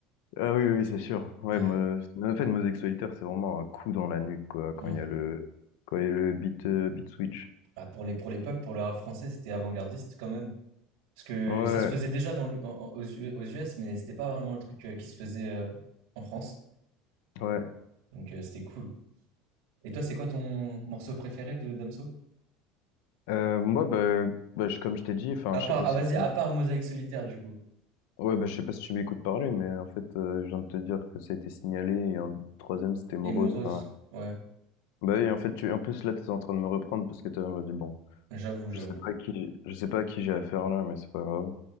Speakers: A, on the left; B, on the right.
A: Ah oui, oui, oui, c'est sûr. Ouais,
B: Ouais,
A: me... mais en fait, Mosaïque Solitaire, c'est vraiment un coup dans la nuque, quoi, quand
B: ouais.
A: il y a le, quand il y a le beat, euh, beat switch.
B: Ah, pour les, pour l'époque, pour le rap français, c'était avant-gardiste quand même. Parce que
A: Ouais,
B: ça se faisait déjà dans, le- en- en- aux, U- aux US, mais c'était pas vraiment le truc euh, qui se faisait euh, en France.
A: ouais.
B: Donc euh, c'était cool. Et toi, c'est quoi ton morceau préféré de Damso?
A: Euh, moi, bah, bah, je- comme je t'ai dit, enfin,
B: À
A: je
B: part,
A: sais pas
B: ah
A: si
B: vas-y,
A: t'as
B: à part Mosaïque solitaire du coup.
A: Ouais, bah, je sais pas si tu m'écoutes parler, mais en fait, euh, je viens de te dire que ça a été signalé et un troisième, c'était morose.
B: Et Morose,
A: Enfin,
B: ouais,
A: bah oui, en fait, tu, en plus, là, tu es en train de me reprendre parce que tu m'as dit, bon,
B: j'avoue, j'avoue.
A: je sais pas à qui, je sais pas à qui j'ai affaire là, mais c'est pas grave.